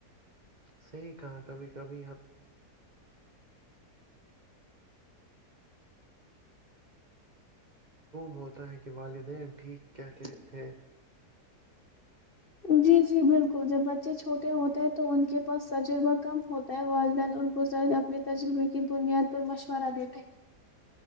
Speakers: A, on the right; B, on the left.
A: <unintelligible> معلوم ہوتا ہے کہ والد د ٹھیک کیا تھے تھے
B: جی جی بالکل جب بچے چھوٹے ہوتے ہیں تو ان کے پاس تجربہ کم ہوتا ہے والدین اور بزرگ اپنے تجربے کی بنیاد پر مشورہ دیتے